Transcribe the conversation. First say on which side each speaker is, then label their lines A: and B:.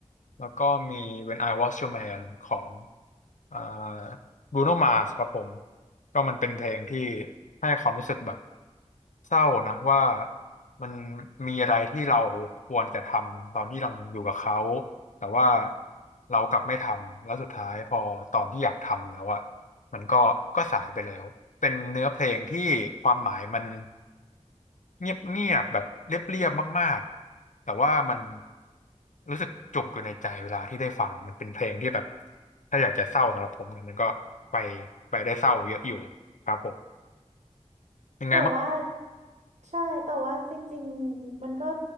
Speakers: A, on the left (about 85°); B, on the right (about 65°).
A: แล้วก็มี When I Was Your Man ของอ่า Bruno Mars ครับผม ก็มันเป็นเพลงที่ให้ความรู้สึกแบบเศร้านะว่ามันมีอะไรที่เราควรจะทำตอนที่เราอยู่กับเขาแต่ว่าเรากลับไม่ทำแล้วสุดท้ายพอตอนที่อยากทำแล้วอ่ะมันก็ก็สายไปแล้วเป็นเนื้อเพลงที่ความหมายมัน เงียบเงียบแบบเรียบเรียบมากๆแต่ว่ามันรู้สึกจุกอยู่ในใจเวลาที่ได้ฟังมันเป็นเพลงที่แบบถ้าอยากจะเศร้าสำหรับผมเนี่ยมันก็ไปไปได้เศร้าเยอะอยู่ครับผมยังไงบ้าง
B: แต่ว่าใช่แต่ว่าจริงๆมันก็